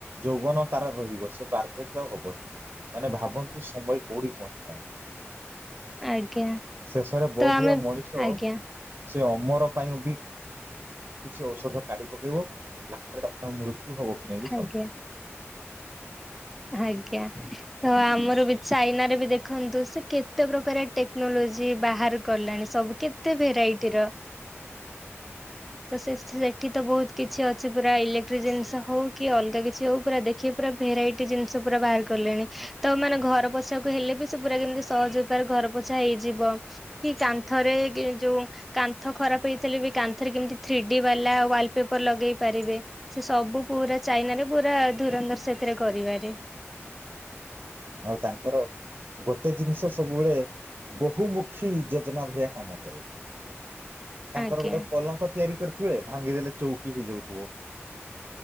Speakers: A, on the right; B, in the centre.
A: ଯୌବନ ତାର ରହିବ, ସେ ବାର୍ଦ୍ଧକ୍ୟ ହବନି, ମାନେ ଭାବନ୍ତୁ ସମୟ କୋଉଠି ପହଞ୍ଚିଲାଣି।
B: ଆଜ୍ଞା,
A: ଶେଷରେ ବୋଧ
B: ତ ଆମେ,
A: ହୁଏ ମଣିଷ
B: ଆଜ୍ଞା,
A: ସେ ଅମର ପାଇଁ ବି କିଛି ଔଷଧ କାଢି ପକେଇବ ଲାଷ୍ଟରେ ତାଙ୍କର ମୃତ୍ୟୁ ହବ କି ନାଇଁ ବି ସନ୍ଦେହ
B: ଆଜ୍ଞା, ଆଜ୍ଞା <unintelligible> ତ ଆମର ବି ଚାଇନାରେ ବି ଦେଖନ୍ତୁ, ସେ କେତେ ପ୍ରକାର ଟେକ୍ନୋଲୋଜି ବାହାର କଲାଣି, ସବୁ କେତେ ଭେରାଇଟିର, ତ ସେ ସେଠି ତ ବହୁତ କିଛି ଅଛି ପୁରା ଇଲେକ୍ଟ୍ରି ଜିନିଷ ହଉ, କି ଅଲଗା କିଛି ହଉ, ପୁରା ଦେଖି ପୁରା ଭେରାଇଟି ଜିନିଷ ପୁରା ବାହାର କଲେଣି, ତ ମାନେ ଘର ପୋଛାକୁ ହେଲେ ବି ସେ ପୁରା କେମିତି ସହଜ ଉପାୟରେ ଘର ପୋଛା ହେଇଯିବ, କି କାନ୍ଥରେ ଯୋଉ କାନ୍ଥ ଖରାପ ହେଇଥିଲେ, ବି କାନ୍ଥରେ କେମିତି ଥ୍ରୀ ଡି ବାଲା ୱାଲ ପେପର ଲଗେଇ ପାରିବେ, ସେ ସବୁ ପୁରା ଚାଇନା ରେ ପୁରା ଧୁରନ୍ଧର ସେଥିରେ କରିବାରେ,
A: ଆଉ ତାଙ୍କର ଗୋଟେ ଜିନିଷ ସବୁବେଳେ, ବହୁମୁଖୀ ଯୋଜନା ଭଳିଆ କାମ କରେ। ତାଙ୍କର
B: ଆଜ୍ଞା।
A: ଗୋଟେ ପଲଙ୍କ ତିଆରି କରିଥିବେ, ଭାଙ୍ଗିଦେଲେ, ଚୌକି ହେଇଯାଉଥିବ।